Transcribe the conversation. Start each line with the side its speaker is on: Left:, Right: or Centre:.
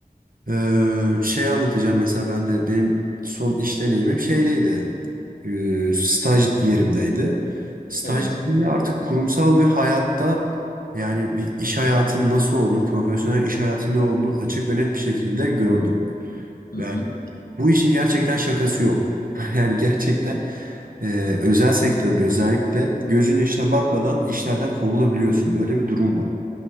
Right: Ee, şey anlatacağım mesela ben de benim son iş deneyimim şeydeydi. Ee, staj yerimdeydi. Staj
Left: Evet.
Right: yerimde artık kurumsal bir hayatta yani bir iş hayatının nasıl olduğunu, profesyonel iş hayatının ne olduğunu açık ve net bir şekilde gördüm.
Left: Hı
Right: Yani
Left: hı.
Right: bu işin gerçekten şakası yok. <laughs> Yani gerçekten e, özel sektörde özellikle gözün yaşına bakmadan işlerden kovulabiliyorsun. Böyle bir durum var.